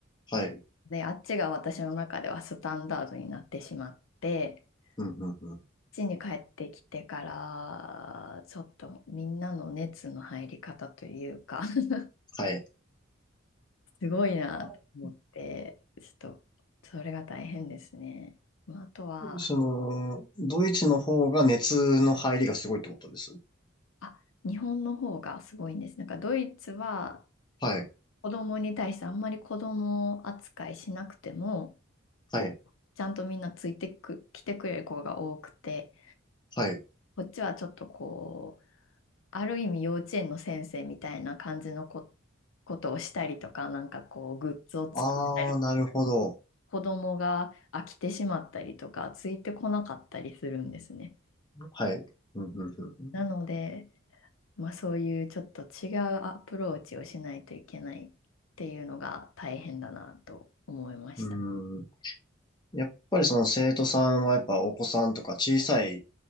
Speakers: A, on the left (about 20°); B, on the left (about 80°).
A: はい。
B: で、あっちが私の中ではスタンダードになってしまって、こ
A: うん、うん、うん。
B: っちに帰ってきてから、ちょっとみんなの熱の入り方というか <laughs>
A: はい。
B: すごいなと思って、
A: あ
B: ちょっと、それが大変ですね。まあ、あとは、
A: その、ドイツの方が熱の入りがすごいってことです。
B: あ、日本の方がすごいんです。なんかドイツは
A: はい。
B: 子供に対してあんまり子供扱いしなくても、
A: はい。
B: 結構ちゃんとみんなついてく、来てくれる子が多くて、
A: はい。
B: こっちはちょっとこう、ある意味幼稚園の先生みたいな感じのこ、ことをしたりとか、なんかこう、グッズを作る。
A: ああ、なるほど。
B: 子供が飽きてしまったりとか、ついてこなかったりするんですね。
A: はい。うん、うん、
B: なので、まあ、そういうちょっと違うアプローチをしないといけないっていうのが大変だなと思いました。
A: うん。うーん。やっぱりその生徒さんはやっぱお子さんとか小さい